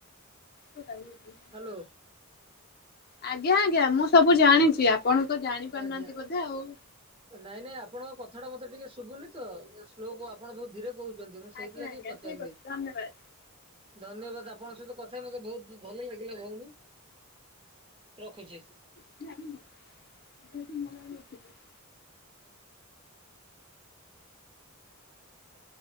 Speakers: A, on the left; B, on the right.
A: ହ ପାଇ <unintelligible>
B: ହ୍ୟାଲୋ।
A: ଆଜ୍ଞା ଆଜ୍ଞା। ମୁଁ ସବୁ ଜାଣିଛି ଆପଣ ତ ଜାଣିପାରୁନାହାନ୍ତି
B: ଆଜ୍ଞା।
A: ବୋଧେ ଆଉ?
B: ନାଇଁ ନାଇଁ ଆପଣଙ୍କ କଥା ଟା ମତେ ଟିକେ ଶୁଭୁନି ତ ସ୍ଲୋକୁ ଆପଣ ବହୁତ ଧୀରେ କହୁଛନ୍ତି ମୁଁ ସେଇଥିଲାଗି
A: ଆଜ୍ଞା ଆଜ୍ଞା
B: ପଚାରିଲି।
A: ଠିକ ଅଛି ଧନ୍ୟବାଦ।
B: ଧନ୍ୟବାଦ ଆପଣଙ୍କ ସହିତ କଥା କଥା ମତେ ବହୁତ ଭଲ ଲାଗିଲା ଭଉଣୀ ରଖୁଛି।
A: <unintelligible>
B: ଆଣ <unintelligible>